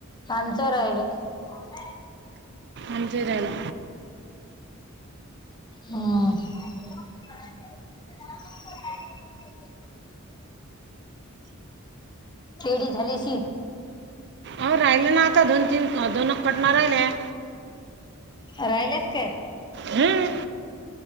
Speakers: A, on the left; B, on the right.
A: आमचा राहिला आहे
B: आमजरला
A: ह खेडी झाली शी
B: हो राहिलं ना आता दोन तीन दोन पटन राहिल्या
A: राहिलेस का
B: हम्म